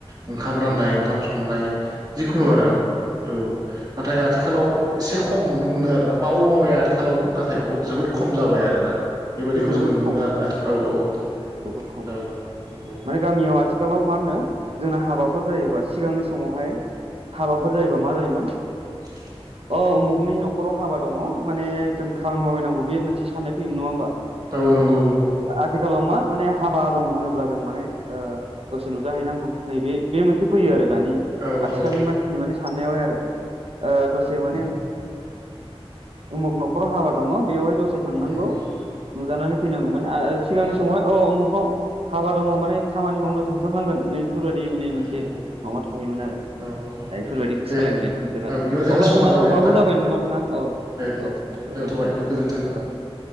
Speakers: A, on the right (about 40°); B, on the right (about 65°).
A: ओंखाम राननाय
B: औ
A: ओंखाम संनाय जिखुनु
B: औ
A: आरो औ नाथाय आथिखालाव एसे खम नुनो मोनो आर ना मावो मावनाया आथिखालावबो नाथाय बहुत जोबोद खम जाबाय आरो ना बेबादिखौ
B: जोबोद
A: जों नुनो
B: खम
A: मोनो आरोना औ औ
B: जोबोद खम
A: औ नंगौ
B: माने गामियाव आथिखालाव मा होनो जोंना हाबाफोर जायोबा सिगांनि समावहाय हाबाफोर जायोबा मा जायोमोन
A: <inaudible>
B: अ उमुगनि न'खराव हाबा दङ माने जों खामानि मावहैनांगौ बे मोनसे साननाय फैयोमोन नङा होमबा
A: औ नंगौ नंगौ
B: ओ आथिखालाव मा माने हाबा दं होनोब्ला जों माने ओ दसे नुजाहैनांगौ नैबे बे मोनसे फैयो आरो दानि
A: औ
B: आथिखालनि
A: औ
B: मानसिनि माने साननायावहाय आरो ओ
A: नंगौ
B: दसे
A: नोंथां
B: माने उमुग न'खराव हाबा दङ बेवहाय दसे थांनांगौ
A: उम उम
B: नुजानानै फैनांगौ माने सिगांनि
A: औ
B: समावहाय औ उमुखनाव हाबा दङ माने खामानि मावनो थांथारनांगोन नै बेफोरबायदि माने मोनसे
A: नंगौ नंगौ
B: माबा थायोमोन आरो दा
A: औ औ
B: बेफोरबायदिखौ
A: दे
B: सोलायबोनायखौ नुदों
A: औ
B: आरो
A: बिदिबा जोंहा
B: अब्ला
A: समान
B: जोंना समाबो
A: नोंथां
B: जाबाय नङा नोंथां औ
A: दे दे
B: औ साव
A: दोनथ'बाय
B: औ दोनथ'
A: दे गोजोन्थों।
B: औ